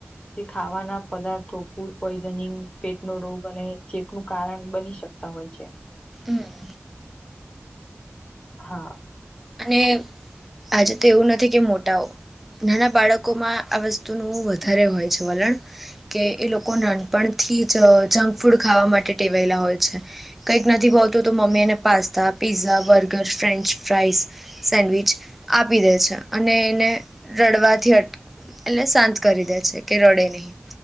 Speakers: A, on the left; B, in the centre.
A: જે ખાવાના પદાર્થ ફૂડ પોઈઝનિંગ પેટનો રોગ અને ચેપનું કારણ બની શકે તા હોય છે.
B: હમ.
A: હા.
B: અને આજે તો એવું નથી કે મોટાઓ નાના બાળકોમાં આ વસ્તુનું વધારે હોય છે, વલણ કે એ લોકો નાનપણથી જ જંક ફૂડ ખાવા માટે ટેવાયેલા હોય છે. કંઈક નથી ભવતું તો મમ્મીને pasta pizza burger French fries sandwich આપી દે છે, અને એને રડવાથી અટ એટલે શાંત કરી દે છે, કે રડે નહીં